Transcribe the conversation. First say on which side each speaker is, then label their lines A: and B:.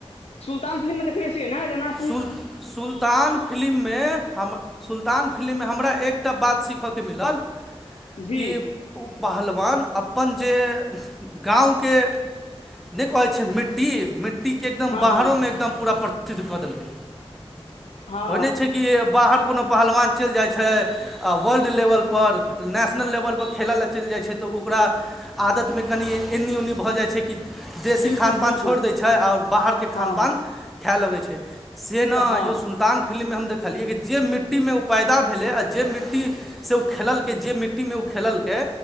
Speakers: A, on the left (about 85°); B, in the centre.
A: सुल्तान फिल्म में देखने छियै ने जेना
B: सुल सुल्तान फिलिम में हम सुल्तान फिलिम में हमरा एकटा बात सीखयके मिलल
A: जी
B: कि ओ पहलवान अपन जे गाँव के न कहै छै मिट्टी मिट्टी के एकदम
A: हँ
B: बाहरो
A: हँ
B: में एकदम पूरा प्रसिद्ध क देलके होइ
A: हँ
B: नय छै कि बाहर कोनो पहलवान चल जाइ छै आ वर्ल्ड लेवल पर नेशनल लेवल पर खेलय ले चइल जाइ छै तऽ ओकरा आदत में कनि एन्नी ओन्नी भ जाइ छै कि देशी
A: बिल्कुल
B: खान
A: बिल्कुल
B: पान छोड़ दै छै ओर बाहरके
A: हँ
B: खान पान
A: हँ
B: खै लगै छै से ने
A: हँ
B: यौ सुल्तान फिलिम मे हम देखलियै कि जे मिट्टीमे ओ पैदा भेलै आ जे मिट्टी से ओ खेललकै जे मिट्टीमे ओ खेललकै